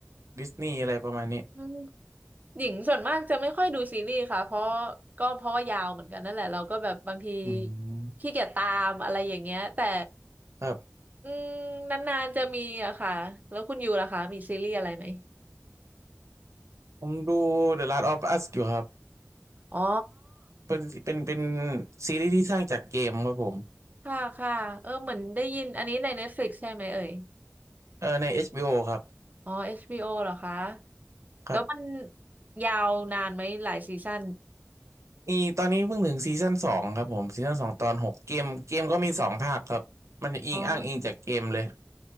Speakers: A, on the right; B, on the right.
A: Disney อะไรประมาณนี้
B: อืม หญิงส่วนมากจะไม่ค่อยดูซีรีส์ค่ะเพราะก็เพราะว่ายาวเหมือนกันนั่นแหละเราก็แบบบางที
A: อืม
B: ขี้เกียจตามอะไรอย่างเงี้ยแต่
A: ครับ
B: อืมนานๆจะมีอะค่ะแล้วคุณยูล่ะคะมีซีรีส์อะไรไหม
A: ผมดู The Last of Us อยู่ครับ
B: อ๋อ
A: เป็นเป็นเป็นซีรีส์ที่สร้างจากเกมครับผม
B: ค่ะค่ะเออเหมือนได้ยินอันนี้ใน Netflix ใช่ไหมเอ่ย
A: เออใน HBO ครับ
B: อ๋อ HBO เหรอคะ
A: ครับ
B: แล้วมันยาวนานไหมหลายซีซั่น
A: มีตอนนี้เพิ่งถึงซีซั่นสองครับผมซีซั่นสองตอนหกเกมเกมก็มีสองภาคครับมันจะอิงอ้างอิงจากเกมเลย
B: อ๋อ